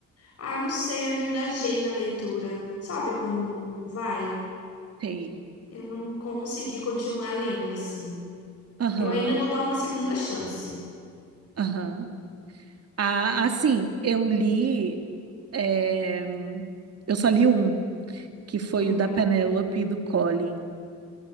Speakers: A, on the left (about 55°); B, on the right (about 55°).
A: Ah, não sei, eu não engajei na leitura. Sabe quando não, não vai?
B: Sei.
A: Eu não consegui continuar lendo assim.
B: Aham,
A: Eu ainda vou dar uma segunda chance.
B: aham. Ah, assim, eu li. é, Eu só li um, que foi
A: Uhum,
B: o da Penélope e do Colin.